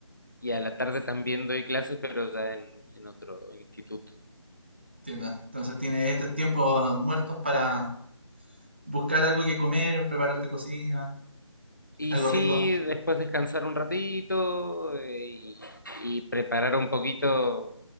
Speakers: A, on the left; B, on the right.
A: Y a la tarde también doy clases, pero ya en, en otro instituto.
B: Entiendo. Entonces tienes estos tiempos muertos para buscar algo que comer, prepararte cocina,
A: Y
B: algo
A: sí,
B: rico.
A: después descansar un ratito eh, y, y preparar un poquito, o